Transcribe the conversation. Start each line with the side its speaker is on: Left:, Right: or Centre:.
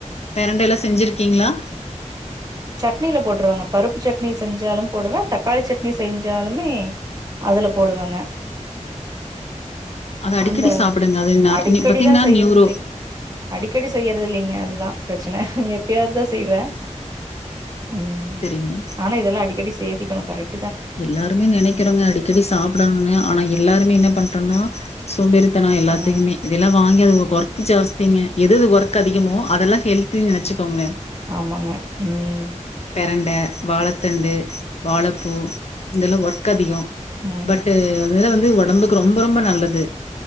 Left: பெரண்டைல்ல செஞ்சுருக்கீங்ளா
Right: சட்னில போட்டுருவங்க பருப்பு சட்னி செஞ்சாலு போடுவே தக்காளி சட்னி செஞ்சாலுமே அதுல போடுவங்க
Left: அத அடிக்கடி
Right: அந்த
Left: சாப்டுங்க அது ந
Right: அடிக்கடிதா
Left: நீ- பாத்தீங்கன்னா
Right: செய்றது
Left: நியூரோ
Right: இல்லைங்க அடிக்கடி செய்யறது இல்லைங்க அதுதா பிரச்சன எப்பயாதுதா செய்வே ம்
Left: செரிங்க
Right: ஆனா இதெல்லா அடிக்கடி சேத்திக்கணு கரெட்
Left: எல்லாருமே நெனைக்கிறோங்க அடிக்கடி சாப்டணுனு ஆனா எல்லாருமே என்ன பண்றன்னா சோம்பேறித்தனோ எல்லாத்திக்குமே
Right: ம்.
Left: இதல்லா வாங்கி அத ஒர்க் ஜாஸ்திங்க எதது ஒர்க் அதிகமோ அதல்லா ஹெல்தின்னு நெனச்சிக்கோங்க
Right: ஆமாங்க ம்
Left: பெரண்ட வாழத்தண்டு வாழப்பூ இதல்லா ஒர்க் அதிகோ
Right: ம்.
Left: பட் அதல்லா வந்து ஒடம்புக்கு ரொம்ப ரொம்ப நல்லது